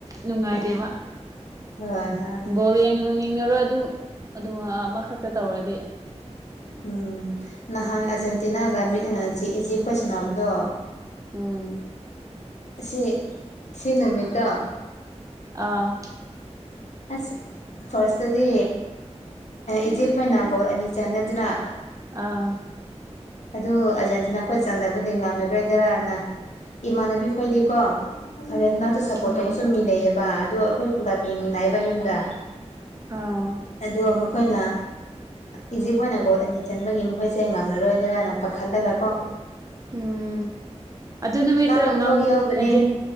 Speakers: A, on the right (about 30°); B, on the left (about 80°).
A: ꯅꯨꯡꯉꯥꯏꯇꯦꯕꯥ
B: ꯍꯣꯏ ꯍꯣꯏ
A: ꯕꯣꯜ ꯌꯦꯡꯅꯤꯡꯉꯥꯔꯣꯏ ꯑꯗꯨꯝ ꯑꯗꯨꯃꯥꯏ ꯑꯃꯥꯈꯛꯇ ꯇꯧꯔꯗꯤ
B: ꯎꯝ ꯅꯍꯥꯟ ꯑꯥꯔꯖꯦꯟꯇꯤꯅꯥꯒ ꯃꯤꯠ ꯏ ꯖꯦ ꯏꯖꯤꯞ ꯍꯣꯏꯒꯥ ꯁꯥꯟꯅꯕꯥꯗꯣ
A: ꯎꯝ <unintelligible>
B: ꯑꯁꯤ ꯁꯤ ꯅꯨꯃꯤꯠꯇꯣ
A: ꯑꯥ <unintelligible>
B: ꯑꯁ ꯐꯥꯔꯁꯇꯥꯗꯤ ꯏꯖꯤꯞ ꯍꯣꯏꯅ ꯒꯣꯜ ꯑꯅꯤ ꯆꯜꯂꯦꯗꯥꯅ
A: ꯑꯥ <unintelligible>
B: ꯑꯗꯨ ꯑꯥꯔꯖꯦꯟꯇꯤꯅꯥ ꯍꯣꯏ ꯆꯟꯅꯕꯥꯗꯤ ꯉꯝꯂꯥꯔꯣꯏꯗ꯭ꯔꯥꯅ ꯏꯃꯥꯟꯅꯕꯤ ꯈꯣꯏꯗꯤꯀꯣ ꯑꯗꯥ ꯅꯥꯛꯇ ꯁꯞꯄꯣꯔꯠ
A: ꯎꯝ
B: ꯇꯧꯕꯥꯁꯨ ꯃꯤ ꯂꯩꯩꯌꯦꯕꯥ ꯑꯗꯣ ꯑꯩꯈꯣꯏ ꯄꯨꯂꯞ ꯌꯦꯡꯃꯤꯟꯅꯩꯕ ꯌꯨꯝꯗꯥ
A: ꯑꯥꯎ
B: ꯑꯗꯣ ꯑꯃꯛ ꯃꯈꯣꯏꯅ ꯏꯖꯤꯞ ꯑꯣꯏꯅ ꯒꯣꯜ ꯑꯅꯤ ꯆꯟꯕꯒꯤ ꯃꯈꯣꯏꯁꯦ ꯉꯝꯂꯔꯣꯏ ꯅ ꯑꯄꯥ ꯈꯟꯗꯒ ꯀꯣ
A: ꯎꯝ ꯑꯗꯨ ꯅꯨꯃꯤꯠꯇ
B: ꯀꯥꯞꯄ
A: ꯉ
B: ꯐꯥꯎ ꯌꯧꯕꯅꯦ
A: ꯑꯦꯖꯦꯟ